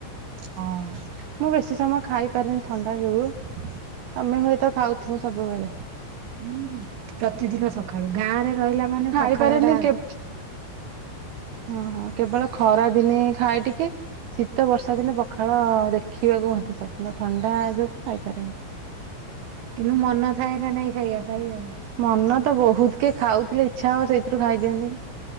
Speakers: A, on the right; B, on the right.
A: <inaudible>
B: ହଁ
A: ମୁଁ ବେଶୀ ସମୟ ଖାଇ <unintelligible> ଥଣ୍ଡା ଯିବୁ ତମେ ହୁଏତ ଖାଉଥିବ ସବୁବେଳେ।
B: ହୁଁ ପ୍ରତିଦିନ ସକାଳୁ ଗାଁରେ ରହିଲା ମାନେ
A: ମୁଁ ଖାଇପାରେନି
B: ପଖାଳ ଟା ଆଗ।
A: କେ
B: <inaudible>
A: ହଁ ହଁ କେବଳ ଖରା ଦିନେ ଖାଏ ଟିକେ ଶୀତ ବର୍ଷା ଦିନେ ପଖାଳ ଦେଖିବାକୁ ମଧ୍ୟ ସ୍ୱପ୍ନ ଥଣ୍ଡା ଯୋଗୁଁ ଖାଇପାରେନି।
B: କିନ୍ତୁ ମନ ଥାଏ ନା <unintelligible>
A: ମନ ତ ବୋହୁତ କେ ଖାଉଥିଲେ ଇଚ୍ଛା ହବ ସେଇଥିରୁ ଖାଇଦିଅନ୍ତି,